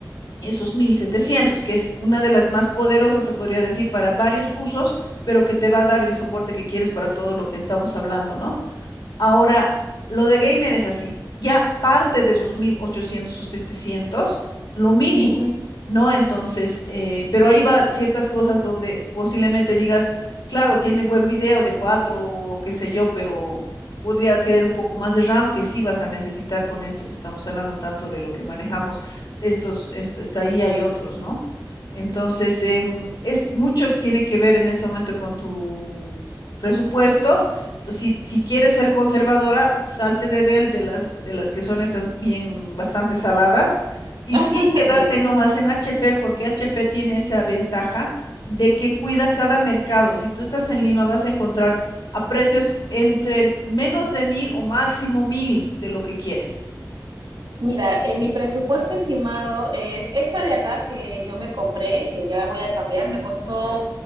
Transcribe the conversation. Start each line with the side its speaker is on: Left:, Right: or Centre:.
Left: esos mil setecientos que es una de las más poderosas, se podría decir, para varios usos, pero que te va a dar el soporte que quieres para todo lo que estamos hablando, ¿no? Ahora, lo de gamer es así, ya parte de esos 1800 o setecientos, lo mínimo,
Right: ujú.
Left: ¿no? Entonces, eh, pero ahí va ciertas cosas donde posiblemente digas, claro, tiene buen video de 4, qué sé yo, pero podría querer un poco más de RAM que sí vas a necesitar con esto que estamos hablando tanto de lo que manejamos, estos, est- esta IA y otros, ¿no? Entonces, em, es mucho tiene que ver en este momento con tu presupuesto entonces, si, si quieres ser conservadora, salte de del, de las, de las que son estas bien bastante saladas, y
Right: <laughs>
Left: sí quédate
Right: Yeah.
Left: nomás en HP, porque HP tiene esa ventaja de que cuida cada mercado. Y si tú estás en Lima, vas a encontrar a precios entre menos de mil o máximo mil de lo que quieres.
Right: Mira, eh, mi presupuesto estimado es esta de acá que yo me compré, que ya voy a cambiar, me costó